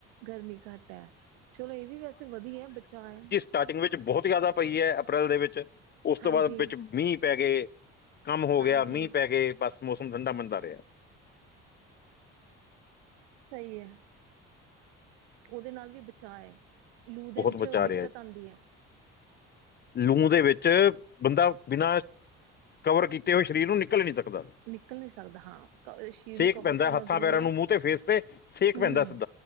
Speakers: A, on the right; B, on the left.
A: ਗਰਮੀ ਘੱਟੈ। ਚਲੋ ਏਵੀ ਵੈਸੇ ਵਧੀਐ ਬਚਾਅ ਐ।
B: ਸਟਾਟਿੰਗ ਵਿੱਚ ਬਹੁਤ ਜਾ਼ਦਾ ਪਈ ਐ ਅਪ੍ਰੈਲ ਦੇ ਵਿੱਚ ਓਸ ਤੋਂ
A: ਹਾਂਜੀ
B: ਬਾਅਦ ਵਿੱਚ ਮੀਂਹ ਪੈਗੇ ਕੰਮ ਹੋ
A: ਹਾਂਜੀ
B: ਗਿਆ ਮੀਂਹ ਪੈਗੇ ਬੱਸ ਮੋਸਮ ਠੰਡਾ ਮੰਦਾ ਰਿਆ।
A: ਸਈ ਐ, ਉਦੇ ਨਾਲ ਵੀ ਬਚਾਅ ਐ। ਲੂ ਦੇ
B: ਬਹੁਤ
A: ਵਿੱਚ
B: ਬਚਾ
A: ਦਿੱਕਤ ਆਂਦੀ ਐ।
B: ਲੂੰ ਦੇ ਵਿੱਚ ਬੰਦਾ ਬਿਨਾਂ ਕਵਰ ਕੀਤੇ ਓਏ ਸਰੀਰ ਨੂੰ ਨਿੱਕਲ ਨੀ ਸਕਦਾ।
A: ਨਿੱਕਲ ਨੀਂ ਸਗਦਾ ਹਾਂ ਕ ਸਸੀ਼ਰ
B: ਸੇਕ
A: ਨੂੰ ਕਵਰ
B: ਪੈਂਦਾ
A: ਕਰਨਾ
B: ਹੱਥਾਂ
A: ਜ਼ਰੂਰੀ
B: ਪੈਰਾਂ
A: ਐ
B: ਨੂੰ ਮੂੰਹ ਤੇ ਫੇਸ ਤੇ ਸੇਕ
A: ਹੂੰ-ਹੂੰ।
B: ਪੈਂਦਾ ਸਿੱਧਾ